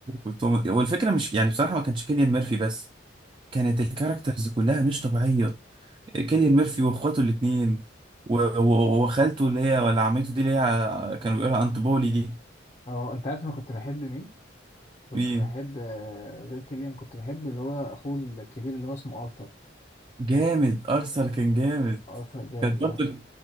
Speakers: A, on the right; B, on the left.
A: وتوم والفكرة مش يعني بصراحة ما كانش كيليان ميرفي بس كانت الكاركترز كلها مش طبيعية كيليان ميرفي واخواته الاتنين و- و- وخالته اللي هي ولا عمته دي اللي هي كانوا بيقولها انت بولي دي
B: اه انت عارف انا كنت بحب مين؟ كنت
A: مين
B: بحب آه، غير كيليان كنت بحب اللي هو اخوه الكبير اللي هو اسمه ارثر
A: جامد ارثر كان جامد
B: ارثر جامد
A: كانت
B: اه
A: برضه